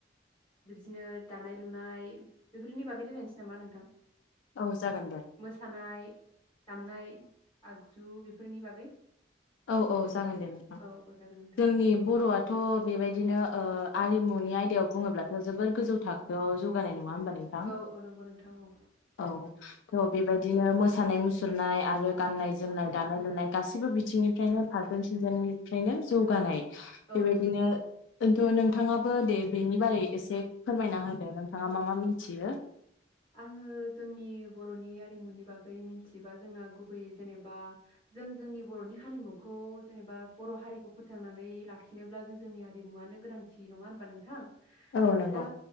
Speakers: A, on the left; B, on the left.
A: बिदिनो दानाय लुनाय बेफोरनि बागै रायलायनोसै नामा नोंथां
B: औ जागोन दे
A: मोसानाय दामनाय आगजु बेफोरनि बागै
B: औ औ जागोन दे नोंथां
A: औ औ जागोन नोंथां
B: जोंनि
A: औ
B: बर'आथ बेबायदिनो ओ आरिमुनि आयदायाव बुङोब्लाथ जोबोर गोजौ थाखोआव जौगानाय <unintelligible> नङा होमबा नोंथां
A: औ औ नंगौ नोंथां औ
B: औ थ' बेबायदिनो मोसानाय मुसुरनाय आरो गाननाय जोमनाय दानाय लुनाय गासैबो बिथिंनि फ्रायनो फारफ्रोमथिंजायनिफ्रायनो जौगानाय
A: औ
B: बेबायदिनो
A: नंगौ नोंथां औ
B: इन्थु
A: औ
B: नोंथाङा बो दे बेनि बारै एसे फोरमायना होदो नोंथाङा मा मा मिनथियो।
A: आङो जोंनि बर'नि आरिमुनि बागै मिथिबा जोंना गुबै जेनेबा जों जोंनि बर'नि हारिमुखौ जेनेबा बर' हारिखौ फोथांनानै लाखिनोब्ला जों जोंनि हारिमुवनो गोनांथि नङा होनबा नोंथां
B: औ नंगौ
A: दा